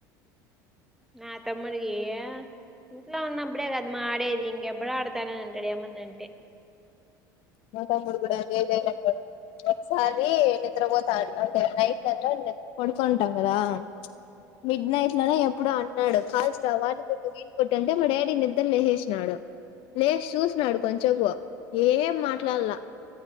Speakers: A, in the centre; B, on the left.
A: నా తమ్ముడు ఎ ఆ ఇంట్లో ఉన్నప్పుడే కదమ్మా ఆడేది ఇంకెప్పుడు ఆడుతాను అని అంటాడు ఏమన్నా అంటే
B: మా తమ్ముడు కూడా అదే డైలాగ్ ఒకసారి నిద్ర పోతా అంటే నైట్ అంత పడుకుంటాం కదా మిడ్ నైట్
A: ఉమ్,
B: లోనో ఎప్పుడో కాల్చరా వాన్ని కొట్టు విన్నీ కొట్టు అంటే మా డాడీ నిద్రలేసేసినాడు లేసి చూసినడు
A: ఉమ్,
B: కొంచెపు ఏం మాట్లాడలా
A: ఉమ్,